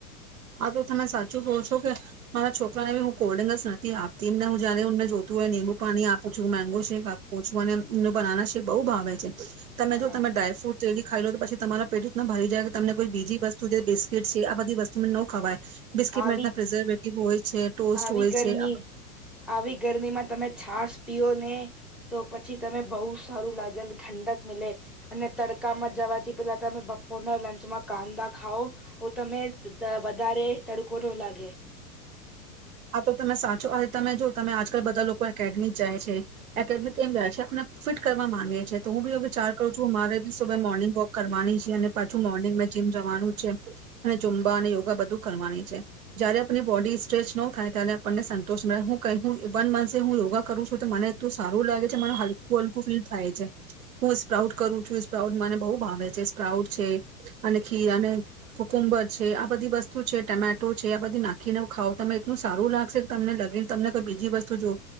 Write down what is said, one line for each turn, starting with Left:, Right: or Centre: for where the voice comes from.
Right: આ તો તમે સાચું કહો છો કે મારા છોકરાને બી હું <unintelligible> નથી આપતી એમને હું જયારે મને જોતું હોય નીબું પાણી આપું છું મેંગો શેક આપું છું અને બનાના શેક બઉ ભાવે છે. તમે
Centre: હા
Right: જો તમે ડ્રાયફ્રુટ જેલી ખાઈ લો તો પછી તમારા પેટુ ન ભરી જાય કે તમને કોઈ બીજી બસ <unintelligible> બિસ્કિટ છે આ બધી વસ તમે ન ખવાય
Centre: આવી
Right: પ્રિઝર્વેટિવ હોય છે ટોસ્ટ
Centre: આવી
Right: હોય
Centre: ગરમી
Right: છે આ
Centre: આવી ગરમીમાં તમે છાસ પીઓ ને તો પછી તમે બહુ સારું લાગે અને ઠંડક મિલે અને તડકામાં જવાથી પેલા તમે બપોરના લંચમાં કાંદા ખાઓ તો તમે વધારે તડકો ન લાગે.
Right: આ તો તમે સાચો, હ તમે જો તમે આજકાલ બધા લોક <unintelligible> કેડમી જાય છે. એકેડમી કેમ જાય છે આપને ફિટ કરવા માંગે. છે તો હું બી હવે વીચાર કરું છું મારે સુબે મોર્નિંગ વોક કરવાની છે અને પાછું મોર્નિંગ મે જીમ જવાનું છે અને ઝુંબા અને યોગા બધું કરવાની છે જયારે આપની બોડી સ્ટ્રેચ નો થાય ત્યારે આપણને સંતોષ ન હું કઈ વન મંથ હું યોગા કરું છું તો મને સારું લાગે છે મને હલકું હલકું ફીલ થાય છે. હું સ્પ્રાઉટ કરું છું સ્પ્રાઉટ મને બહુ ભાવે છે સ્પ્રાઉટ છે અને ખીર અને કકુંબર છે આ બધી વસ્તુ છે ટમેટો છે આ બધી નાખીને ખાવ તમે એટલું સારું લાગશે તમને લગે તમને કોઈ બીજી વસ્તુ જો